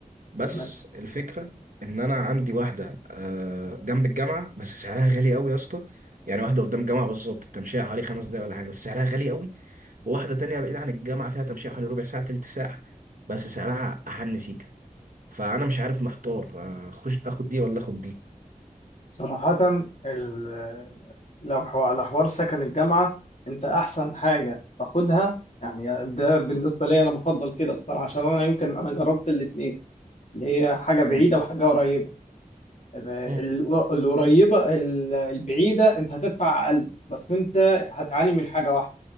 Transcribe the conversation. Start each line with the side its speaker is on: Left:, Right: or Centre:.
Right: بس
Left: مم.
Right: الفكرة ان انا عندي واحدة آه، جنب الجامعة بس سعرها غالي قوي يا اسطى يعني واحدة قدام الجامعة بالظبط التمشية حوالي خمس دقايق ولا حاجة بس سعرها غالي قوي وواحدة تانية بعيدة عن الجامعة فيها تمشية حوالي ربع ساعة تلت ساعة بس سعرها أحن سيكة فأنا مش عارف محتار آه، اخش اخد دي ولا اخد دي
Left: صراحة ال- لو حو- على حوار سكن الجامعة أنت أحسن حاجة تاخدها يعني ده بالنسبة لي أنا بفضل كده الصراحة عشان أنا يمكن أنا جربت الاتنين اللي هي حاجة بعيدة
Right: مم.
Left: وحاجة قريبة ال- ال-
Right: مم.
Left: القريبة ال- البعيدة أنت هتدفع أقل بس أنت هتعاني من حاجة واحدة